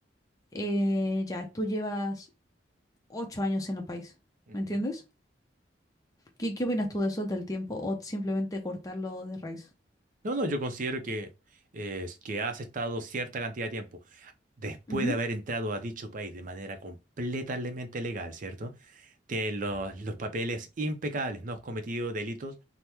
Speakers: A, on the left (about 20°); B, on the right (about 45°).
A: eh, ya, tú llevas ocho años en el país,
B: Ujú.
A: ¿me entiendes? ¿Qué, qué opinas tú de eso del tiempo o simplemente cortarlo de raíz?
B: No, no, yo considero que, eh, que has estado cierta cantidad de tiempo después
A: Ujú.
B: de haber entrado a dicho país de manera completamente legal, ¿cierto? Tienes los, los papeles impecables, no has cometido delitos